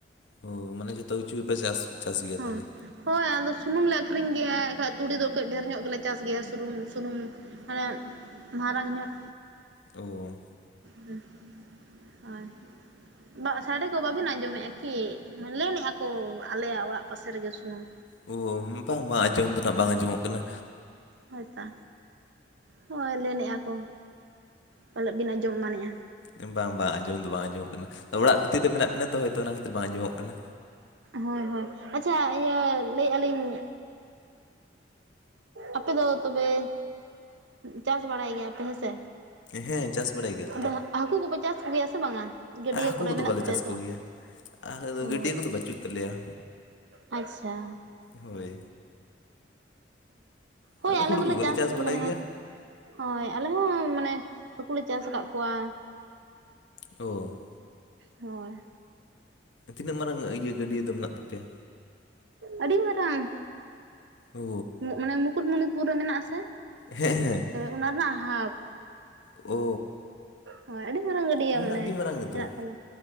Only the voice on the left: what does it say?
ᱚ ᱢᱟᱱᱮ ᱡᱚᱛᱚ ᱠᱤᱡᱷᱩ ᱜᱮ ᱯᱮ ᱪᱟᱥ ᱜᱮᱭᱟ
ᱛᱟᱦᱚᱞᱮ
ᱳ
ᱳ ᱵᱟᱝ ᱵᱟᱝ ᱟᱸᱡᱚᱢ ᱫᱚ ᱱᱟᱜ ᱵᱟᱝ ᱟᱸᱡᱚᱢᱚᱜ ᱠᱟᱱᱟ
ᱦᱩᱸ ᱵᱟᱝ ᱵᱟᱝ ᱟᱸᱡᱚᱢ ᱫᱚ ᱵᱟᱝ ᱟᱸᱡᱚᱢᱚᱜ ᱠᱟᱱᱟ ᱚᱲᱟᱜ ᱵᱷᱤᱛᱤᱨ ᱨᱮ ᱢᱮᱱᱟᱜ ᱵᱤᱱᱟ ᱛᱚ ᱦᱭᱛᱳ ᱚᱱᱟ ᱠᱷᱟᱹᱛᱤᱨ ᱵᱟᱝ ᱟᱸᱡᱚᱢᱚᱜ ᱠᱟᱱᱟ᱾
ᱦᱮᱸ ᱪᱟᱥ ᱵᱟᱲᱟᱭ ᱜᱮᱭᱟ ᱞᱮ
ᱛᱚ
ᱦᱟᱹᱠᱩ
ᱠᱚᱫᱚ
ᱵᱟᱞᱮ
ᱪᱟᱥ
ᱠᱚᱜᱮᱭᱟ
ᱟᱨ
ᱜᱟᱹᱰᱭᱟᱹ ᱠᱚᱫᱚ ᱵᱟᱹᱪᱩᱜ ᱛᱟᱞᱮᱭᱟ
ᱦᱳᱭ
ᱟᱫᱚ
ᱦᱩᱲᱩ
ᱠᱚᱜᱮᱞᱮ
ᱵᱟᱲᱟᱭ
ᱜᱮᱭᱟ᱾
ᱚ
ᱛᱤᱱᱟᱹᱜ ᱢᱟᱨᱟᱝ ᱤᱭᱟᱹ ᱜᱟᱹᱰᱭᱟᱹ ᱫᱚ ᱢᱮᱱᱟᱜ ᱛᱟᱯᱮᱭᱟ
ᱳ
ᱦᱮᱸ ᱦᱮᱸ
ᱳ
ᱚᱱᱟ
ᱟᱹᱰᱤ ᱢᱟᱨᱟᱝ ᱜᱮᱛᱚ